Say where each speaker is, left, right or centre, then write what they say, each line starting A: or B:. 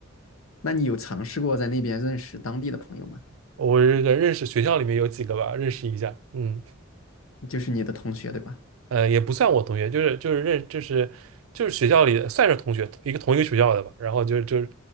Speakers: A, on the left (about 85°); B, on the right (about 85°).
A: 那你有尝试过在那边认识当地的朋友吗？
B: 我这个认识学校里面有几个吧，认识一下。嗯。
A: 就是你的同学，对吧？
B: 呃，也不算我同学，就是就是认就是就是学校里的算是同学，一个同一个学校的吧。然后就是就是